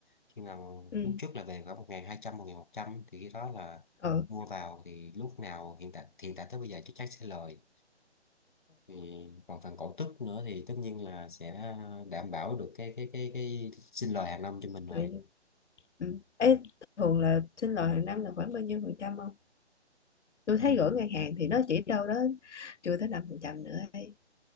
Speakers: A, on the left; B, on the left.
A: khi nào
B: Ừ.
A: lúc trước là về khoảng một ngàn hai trăm một ngàn một trăm thì khi đó là
B: Ừ.
A: mua vào thì lúc nào hiện tại hiện tại tới bây giờ chắc chắn sẽ lời thì còn phần cổ tức nữa thì tất nhiên là sẽ đảm bảo được cái cái cái cái sinh lời hàng năm cho mình rồi
B: Ừ. Ừ. Ê, thường là sinh lời hàng năm là khoảng bao nhiêu phần trăm không? Tôi
A: ừ.
B: thấy gửi ngân hàng thì nó chỉ đâu đó chưa tới 5 phần trăm nữa ấy.